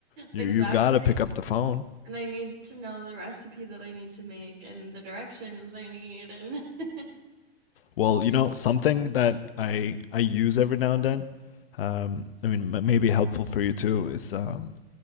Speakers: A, on the left; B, on the right.
A: you
B: Exactly.
A: you gotta pick up the phone.
B: And I need to know the recipe that I need to make and the directions I need and <laughs>
A: Well, you
B: Yeah.
A: know, something that I I use every now and then, um, I mean, m- maybe helpful for you too, is um,